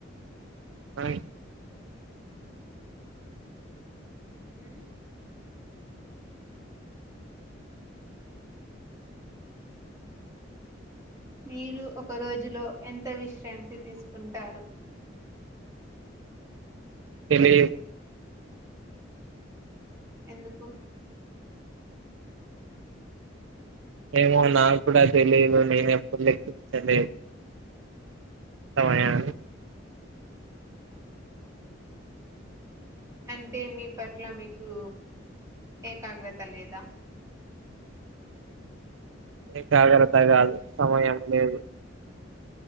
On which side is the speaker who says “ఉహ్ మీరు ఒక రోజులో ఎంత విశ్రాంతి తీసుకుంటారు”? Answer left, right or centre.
Right